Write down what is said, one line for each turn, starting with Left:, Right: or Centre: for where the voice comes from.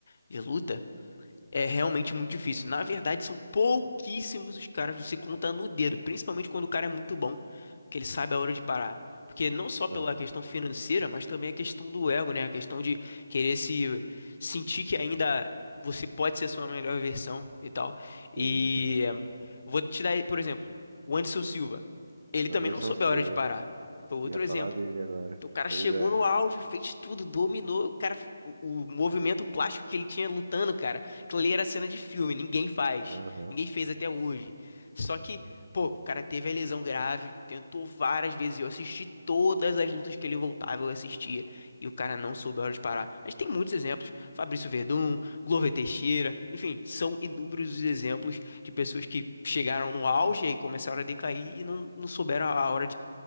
Left: de luta. É realmente muito difícil. Na verdade, são pouquíssimos os caras, você conta no dedo, principalmente quando o cara é muito bom, que ele sabe a hora de parar. Porque não só pela
Right: Aham,
Left: questão financeira, mas também a questão do ego, né? A questão de querer se sentir que ainda você pode ser sua melhor versão e tal. E
Right: Sim, sim.
Left: é, vou te dar, por exemplo, o Anderson Silva. Ele
Right: Anderson
Left: também não soube
Right: Silva.
Left: a hora de parar. Foi outro
Right: Ia falar
Left: exemplo.
Right: dele agora.
Left: O cara
Right: Pois
Left: chegou
Right: é.
Left: no auge, fez tudo, dominou. O cara, o, o movimento plástico que ele tinha lutando, cara, aquilo ali era cena de filme, ninguém faz,
Right: Aham,
Left: ninguém fez até hoje. Só que, pô, o cara teve a lesão grave, tentou várias vezes. Eu assisti todas as lutas que ele voltava, eu assistia, e o cara não soube a hora de parar. A gente tem muitos exemplos: Fabrício Verdun, Glover Teixeira, enfim, são inúmeros os exemplos de pessoas que chegaram no auge e começaram a decair e não, não souberam a hora